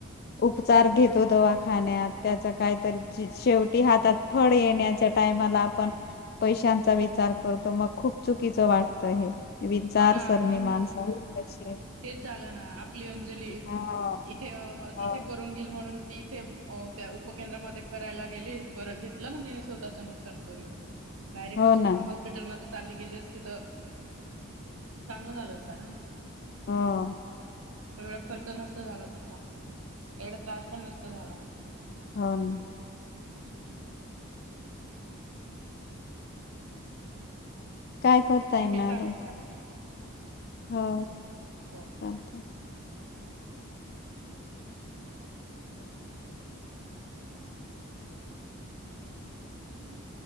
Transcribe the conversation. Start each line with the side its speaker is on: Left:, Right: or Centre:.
Left: उपचार घेतो दवाखान्यात त्याचा काहीतरी शेवटी हातात फळ येण्याच्या टायमाला आपण पैशांचा विचार करतो मग खूप चुकीचं वाट हे विचारसरणी
Right: हा ना मग
Left: माणसाची कशी आहे.
Right: तेच झालं ना आपली अंजली
Left: हा
Right: इथे
Left: हा
Right: इथे करून घेईल म्हणून. ती इथे त्या उपकेंद्रामध्ये करायला गेली परत घेतलं ना तिथे स्वतःचं नुकसान करून.
Left: <inaudible>
Right: डायरेक्ट
Left: ना
Right: हॉस्पिटलमध्येचालली गेली असती तर चांगलं. झालं असत ना.
Left: हां
Right: एवढा खर्च नसता झाला तिचा एवढा त्रास पण नसता झाला.
Left: हां
Right: हं.
Left: काय करताय
Right: ठीक आहे
Left: मॅडम?
Right: चालेल चालेल.
Left: हो.
Right: हो
Left: त <unintelligible>
Right: हम्म